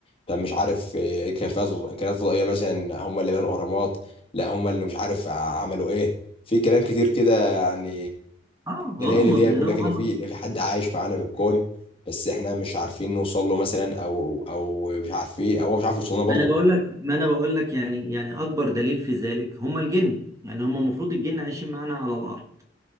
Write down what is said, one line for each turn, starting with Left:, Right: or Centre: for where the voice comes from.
Left: طب مش عارف اه، كان في أصل- كائنات فضائيه مثلا هم اللي بنوا الاهرامات لا هم اللي مش عارف عملوا ايه في كلام كتير كده يعني
Right: آه
Left: دلائل
Right: غامض
Left: اللي هي
Right: أنا
Left: بيقول لك
Right: <laughs>
Left: اللي
Right: غامض
Left: في اللي في حد عايش معانا في الكون بس احنا مش عارفين نوصل له مثلا او او مش عارفين او هو مش عارف يوصل لنا برضو
Right: ما أنا بقول لك ما أنا بقول لك يعني يعني أكبر دليل في ذلك هم الجن يعني هم المفروض الجن عايشين معانا على الأرض